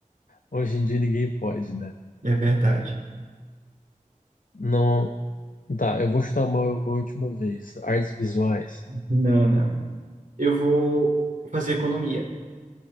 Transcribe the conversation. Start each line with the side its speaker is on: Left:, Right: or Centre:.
Left: Hoje em dia ninguém pode, né?
Right: É verdade.
Left: Não. Tá, eu vou chutar uma, uma última vez. Artes visuais.
Right: Não, não. Eu vou fazer economia,